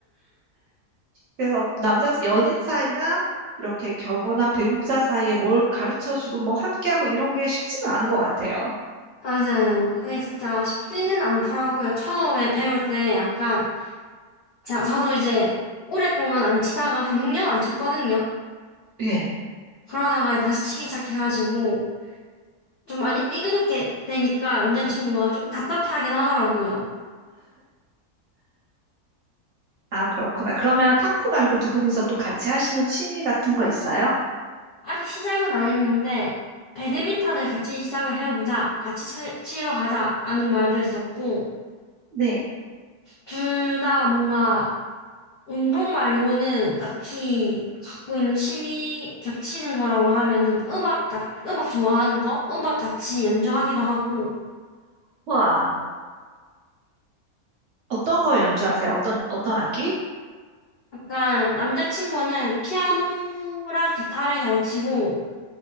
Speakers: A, on the right; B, on the left.
A: 그래서 남자, 연인 사이나 이렇게 결혼한 배우자 사이에 뭘 가르쳐 주고 뭐 함께하고 이런 게 쉽지는 않은 것 같아요.
B: 맞아요. 그게 진짜 쉽지는 않더라고요. 처음에 배울 때 약간, 자, 저도 이제 오랫동안 안 치다가 한 6년 안 쳤거든요.
A: 예.
B: 그러다가 다시 치기 시작해가지고, 좀 많이 삐그덕게 되니까 남자친구가 조금 답답해하긴 하더라고요.
A: 아, 그렇구나. 그러면 탁구 말고 두 분이서 또 같이 하시는 취미 같은 거 있어요?
B: 아직 시작은 안 했는데, 배드민턴을 같이 시작을 해보자, 같이 쳐- 치러 가자라는 말도 했었고,
A: 네.
B: 둘 다 뭔가 운동 말고는 딱히 갖고 있는 취미 겹치는 거라고 하면은 음악, 같- 음악 좋아하는 거? 음악 같이 연주하기도 하고.
A: 와, 어떤 걸 연주하세요? 어떤, 어떤 악기?
B: 약간 남자친구는 피아노랑 기타를 잘 치고,